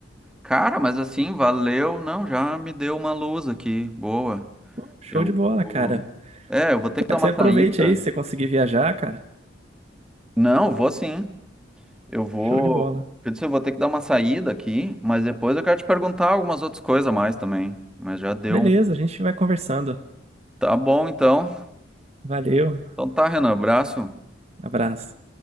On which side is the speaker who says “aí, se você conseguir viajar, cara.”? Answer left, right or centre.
Right